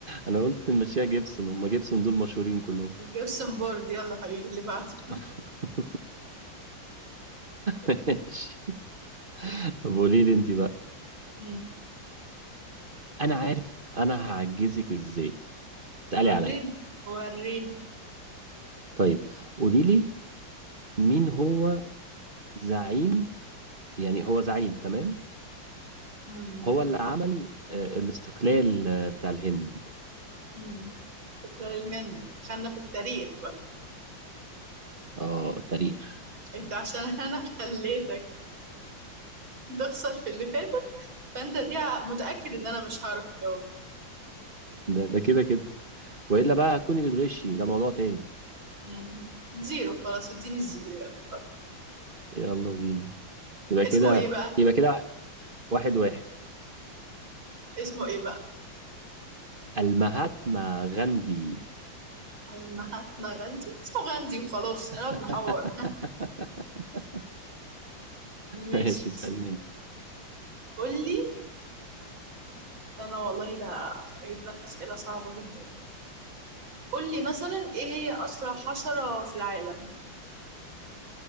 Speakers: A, on the right (about 30°); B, on the right (about 85°).
A: انا قلت نمشيها جيبسون هم جيبسون دول مشهورين كلهم
B: جيبسون بورد يلا حبيبي اللي بعده
A: <laughs> ماشي طب قولي لي انت بقى
B: مم.
A: انا عارف انا هعجزك ازاي تعالي
B: وريني
A: عليا
B: وريني
A: طيب قولي لي مين هو زعيم يعني هو زعيم تمام
B: مم.
A: هو اللي عمل آه، الاستقلال آه، بتاع الهند
B: مم. شكرا للهند دخلنا في التاريخ بقى
A: اه تاريخ
B: انت عشان <laughs> انا خليتك تخسر في اللي فاتت فانت دي ع- متأكد ان انا مش هعرف اجاوب
A: ده ده كده كده والا بقى كوني بتغشي ده موضوع تاني
B: مم. زيرو خلاص اديني الزيرو يلا اتفضل.
A: يلا بينا يبقى
B: اسمه
A: كده
B: ايه بقى
A: يبقى كده واحد واحد
B: اسمه ايه بقى
A: المهاتما غاندي
B: المهاتما غاندي اسمه غاندي وخلاص
A: <laughs>
B: انا قاعد نحور <laughs> ماشي
A: ماشي
B: يا
A: اسأليني
B: سيدي.
A: انت
B: قول لي انا والله لا هجيب لك اسئله صعبه جدا قول لي مثلا ايه هي اسرع حشره في العالم